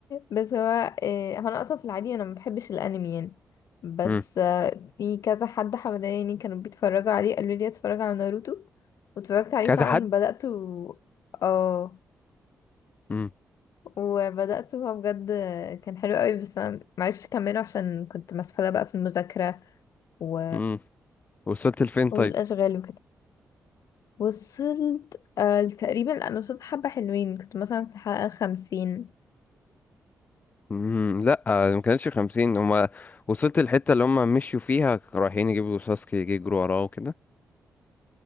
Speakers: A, on the left; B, on the left.
A: بس هو إيه، هو انا اصلا في العادي انا ما بحبش الانمي يعني بس
B: امم
A: آه، في كذا حد حواليني كانوا بيتفرجوا عليه قالوا لي اتفرج على ناروتو واتفرجت عليه
B: كذا
A: فعلا
B: حد
A: بدأت و... اه
B: امم
A: وبدأت هو بجد كان حلو قوي بس انا معرفش اكمله عشان كنت مسحولة بقى في المذاكرة و...
B: امم وصلت لفين
A: والاشغال
B: طيب
A: وكده وصلت آه، تقريبا انا وصلت حبة حلوين كنت مثلا في الحلقة الخمسين
B: امم لا ما كانش 50 هما وصلت الحته اللي هما مشوا فيها رايحين يجيبوا ساسكي يجي يجروا وراه وكده